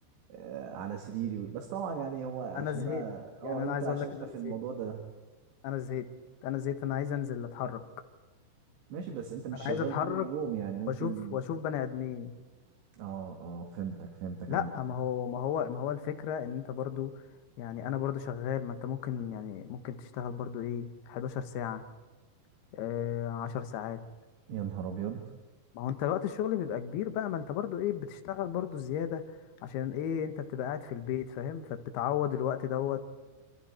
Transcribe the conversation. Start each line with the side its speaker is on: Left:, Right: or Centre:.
Right: آه على سريري بس طبعا يعني هو عشان
Left: انا زهقت
Right: انا اه
Left: يعني انا
Right: انت
Left: عايز
Right: عشان
Left: اقول لك
Right: انت
Left: ان
Right: في
Left: انا زهقت
Right: الموضوع ده ده
Left: انا زهقت انا زهقت انا عايز انزل اتحرك
Right: ماشي بس انت مش
Left: انا
Right: شغال
Left: عايز اتحرك
Right: طول اليوم يعني ممكن
Left: واشوف واشوف بني ادمين
Right: اه اه فهمتك فهمتك
Left: لا
Right: عامة
Left: ما هو ما هو ما هو الفكرة ان انت برضو يعني انا برضو شغال ما انت ممكن يعني ممكن تشتغل برضو ايه 11 ساعة آه 10 ساعات
Right: يا نهار ابيض
Left: ما هو انت وقت الشغل بيبقى كبير بقى ما انت برضو ايه بتشتغل برضو زيادة عشان ايه انت بتبقى قاعد في البيت فاهم فبتعوض الوقت دوت